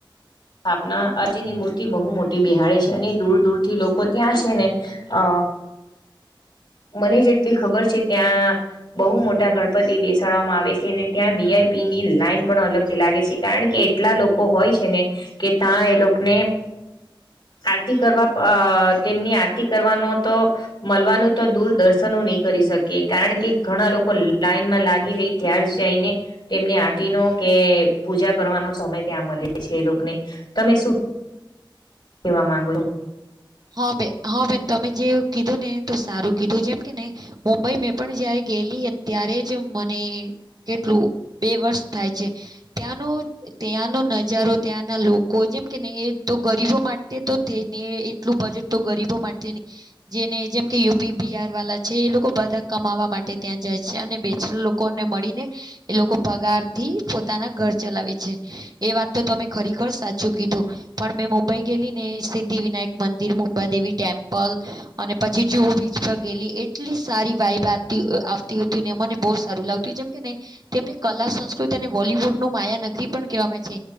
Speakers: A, on the left; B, on the right.
A: સ્થાપના અજની મૂર્તિ બહુ મોટી બિહાડે છે અને દૂર દૂર થી લોકો ત્યાં છે ને અ મને જેટલી ખબર છે ત્યાં બહુ મોટા ગણપતિ બેસાડવામાં આવે છે અને ત્યાં વીઆઈપી ની લાાઈન પણ અલગ લાગે છે કારણ કે એટલા લોકો હોય છે ને કે ત્યાં એ લોકોને આરતી કરવા અ તેમની આરતી કરવાનો તો મળવાનું તો દૂર દર્શનો નહી કરી શકે કારણ કે ઘણા લોકો લાઈન માં લાગી રહી ત્યાાર જ જઈને તેમને આરતી નો કે પૂજા કરવાનો સમય ત્યાં મળે છે એ લોકોને તમે શું તેવા માંગ
B: હા બે હા બેન તમે જે કીધું ને તો સારું કીધું જેમ કે ને મુંબઈ મેં પણ જયારે ગયલી ત્યારે જ મને કેટલું બે વર્ષ થાય છે ત્યાંનો ત્યાંનો નજારો ત્યાંના લોકો કો જેમ કે નહી એ તો ગરીબો માટે તો થ નને એટલું બજેટ તો ગરીબો માટે નહી જેને જેમ કે યુપી બીઆર વાળા છે એ લોકો બધા કમાવા માટે ત્યાં જાય છે અને બેચ ને મળીને એ લોકો પગાર થી પોતાના ઘર ચલાવે છે એ વાત તો તમે ખરેખર સાચું કીધું પણ મેં મુંબઈ ગેલી ને સિદ્ધિ વિનાયક મંદિર મુંબાદેવી ટેમ્પલ અને પછી જુહ બીચ પર ગેલી એટલી સારી વાઈ બાત આવતી હતીને મને બહુ સારું લાગતુંું જેમ કે ન તેમને કલા સંસ્કૃતિ અને બોલવુડ ન માયા નગરી પણ કહેવામાં છે